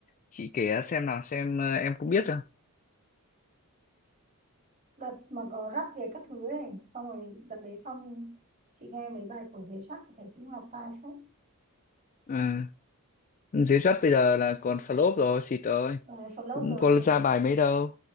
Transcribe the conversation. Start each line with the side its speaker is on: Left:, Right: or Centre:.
Left: Chị kể xem nào xem ờ, em cũng biết rồi.
Right: đợt mà có rắc về các thứ ấy xong rồi đợt đấy xong chị nghe mấy bài của Giới Sắc thì thấy cũng lọt tai phết
Left: Ừ. Dưới rap bây giờ là còn flop rồi, xịt ơi.
Right: Ờ, phần lớp
Left: Cũng
Right: rồi
Left: có ra bài mấy đâu.